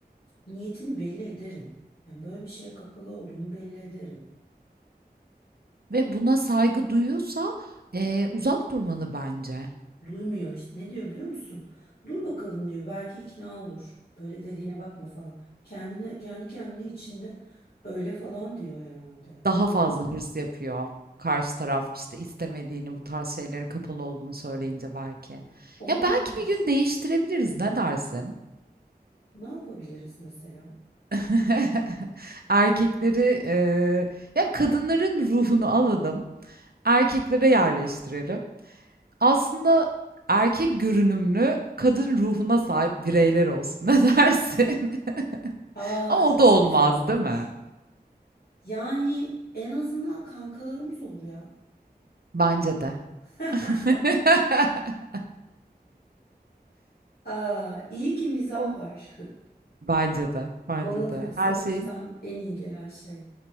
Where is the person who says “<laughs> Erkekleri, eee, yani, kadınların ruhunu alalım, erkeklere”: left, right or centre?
Right